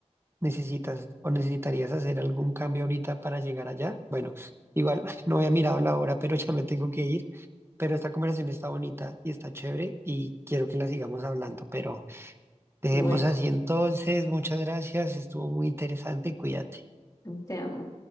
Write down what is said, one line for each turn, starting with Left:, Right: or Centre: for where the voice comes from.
Right: necesitas o necesitarías hacer algún cambio ahorita para llegar allá. Bueno, igual <laughs> no había mirado la hora, pero ya me tengo que ir. Pero esta conversación está bonita y está chévere y quiero que la sigamos hablando, pero dejemos
Left: Bueno,
Right: así entonces. Muchas gracias, estuvo muy interesante, cuídate.
Left: te amo.